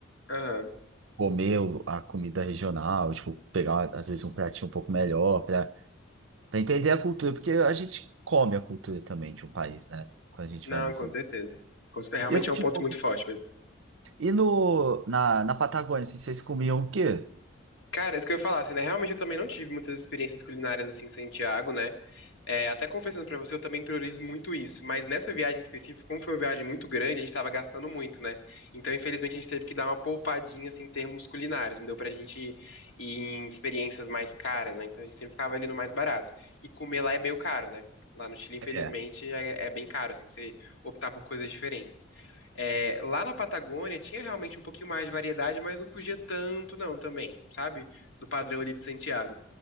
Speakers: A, on the left; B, on the right.
A: Aham.
B: comer o- a comida regional, tipo, pegar, às vezes, um pratinho um pouco melhor pra, pra entender a cultura. Porque a gente come a cultura também de um país, né? Quando a gente
A: Não,
B: vai nos...
A: com
B: E
A: certeza. Com cer- Realmente
B: eu senti
A: é um ponto
B: um pouco...
A: muito forte
B: E no, na, na Patagônia, assim, vocês comiam o quê?
A: Cara, isso que eu ia falar, assim, né? Realmente eu também não tive muitas experiências culinárias assim em Santiago, né? É, até confessando pra você, eu também priorizo muito isso. Mas nessa viagem específica, como foi uma viagem muito grande, a gente tava gastando muito, né? Então, infelizmente, a gente teve que dar uma poupadinha assim, em termos culinários. Não deu pra gente ir em experiências mais caras, né? Então a gente sempre ficava ali no mais barato. E comer lá é meio caro, né? Lá no Chile, infelizmente,
B: É.
A: é, é bem caro, assim, você optar por coisas diferentes. É, lá na Patagônia tinha realmente um pouquinho mais de variedade, mas não fugia tanto, não, também, sabe? Do padrão ali de Santiago.